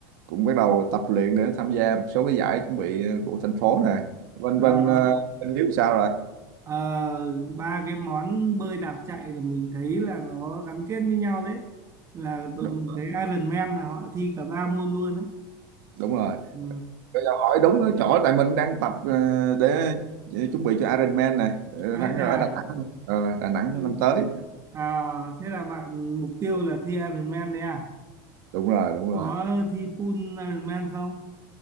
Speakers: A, on the right (about 70°); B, on the right (about 25°).
A: cũng bắt đầu tập luyện để tham gia một số cái giải chuẩn bị của thành phố này. Bên
B: À,
A: bên ờ, bên Hiếu sao rồi?
B: ờ, ba cái món bơi đạp chạy là mình thấy là nó gắn kết với nhau đấy. Là tụi
A: Đúng,
B: mình thấy Ironman là họ thi cả ba môn luôn đấy.
A: đúng rồi.
B: Ừ.
A: Bây giờ hỏi đúng cái chỗ tại mình đang tập ờ, để chuẩn bị cho Ironman này ờ,
B: Ái
A: tháng
B: chà.
A: ở Đà Nẵng. Ờ, Đà Nẵng
B: Ừ.
A: năm tới.
B: À, thế là bạn mục tiêu là thi Ironman đấy à?
A: Đúng rồi, đúng
B: Có
A: rồi.
B: thi full Ironman không?